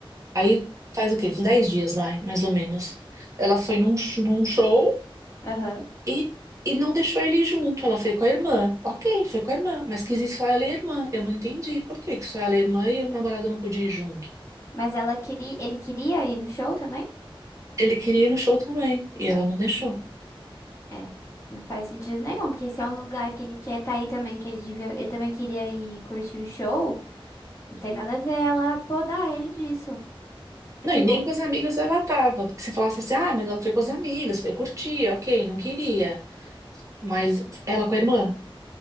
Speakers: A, on the right (about 35°); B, on the left (about 30°).
A: Aí faz o quê? Uns Dez dias lá, mais ou menos. Ela foi num, sh- num show.
B: Aham.
A: E, e não deixou ele ir junto, ela foi com a irmã. Ok, foi com a irmã, mas quis ir só ela e a irmã. Eu não entendi por que que só ela e a irmã e o namorado não podia ir junto.
B: Mas ela queria, ele queria ir no show também?
A: Ele queria ir no show também, e ela não deixou.
B: É. Não faz sentido nenhum, porque se é um lugar que ele quer estar aí também, que ele devia, ele também queria ir curtir o show. Não tem nada a ver ela podar ele disso.
A: Não,
B: Tipo,
A: e nem com as amigas ela tava, porque se falasse assim, ah, mas ela foi com as amigas, foi curtir, ok, não queria. Mas ela com a irmã?